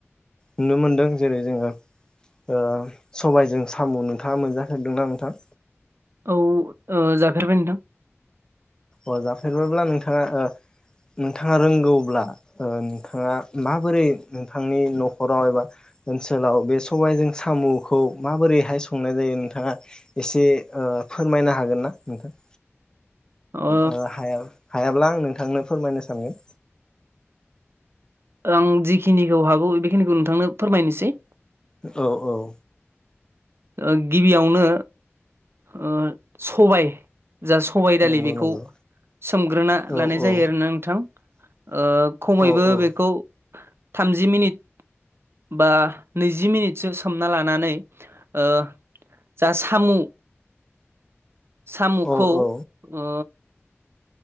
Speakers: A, on the left (about 15°); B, on the right (about 60°).
A: नुनो मोनदों जेरै- जोङो अ सबायजों साम' नोंथाङा मोनजाफेरदोंना नोंथां?
B: औ ओ जाफेरबाय नोंथां
A: अ जाफेरबायब्ला नोंथाङा अ नोंथाङा रोंगौब्ला अ नोंथाङा माबोरै नोंथांनि न'खराव एबा ओनसोलाव बे सबायजों सामुखौ माबोरैहाय संनाय जायो नोंथाङा एसे अ फोरमायनो हागोन ना नोंथां?
B: ओ
A: अ हाया- हायाब्ला आं नोंथांनो फोरमायनो सानगोन
B: आं जिखिनिखौ हागौ बेखिनिखौ नोंथांनो फोरमायनोसै
A: औ औ
B: अ गिबियावनो अ सबाय जा सबाय दालि
A: नंगौ
B: बेखौ
A: नंगौ
B: सोमग्रोना
A: औ
B: लानाय जायो
A: औ
B: आरोना नोंथां अ खमैबो
A: औ औ
B: बेखौ थामजि मिनिट बा नैजि मिनिटसो सोमना लानानै अ जा सामु सामुखौ
A: औ औ
B: अ